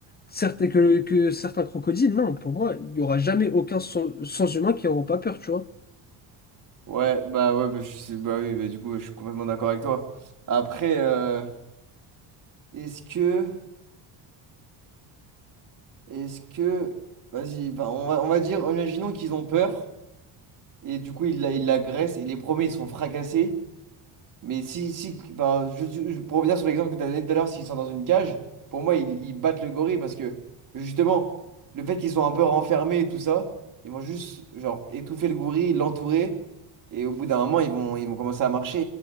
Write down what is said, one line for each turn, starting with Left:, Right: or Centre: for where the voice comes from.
Left: Certains, que, que certains crocodiles, non, pour moi, il n'y aura jamais aucun sans, humain qui n'auront pas peur, tu vois.
Right: Ouais, bah ouais, bah, je sais- bah oui, bah, du coup, ouais, je suis complètement d'accord avec toi. Après, euh, est-ce que, est-ce que, vas-y, bah, on va, on va dire, imaginons qu'ils ont peur, et du coup, ils la, ils l'agressent, et les premiers, ils sont fracassés. Mais si, si, enfin, je, je- pour revenir sur l'exemple que tu as donné tout à l'heure, s'ils sont dans une cage, pour moi, ils, ils battent le gorille parce que justement, le fait qu'ils soient un peu renfermés et tout ça, ils vont juste genre étouffer le gorille, l'entourer, et au bout d'un moment, ils vont, ils vont commencer à marcher